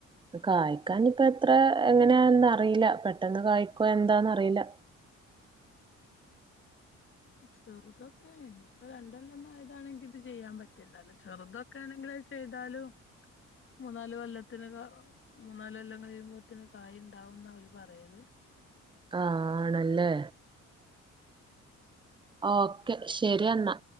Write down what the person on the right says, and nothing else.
കായ്ക്കാൻ ഇപ്പ എത്ര എങ്ങനെയാന്ന് അറിയില്ല പെട്ടെന്ന് കായ്ക്കോ എന്താന്ന് അറിയില്ല
ആ ഹ് ആണല്ലേ ഓക്കെ ശരി എന്നാ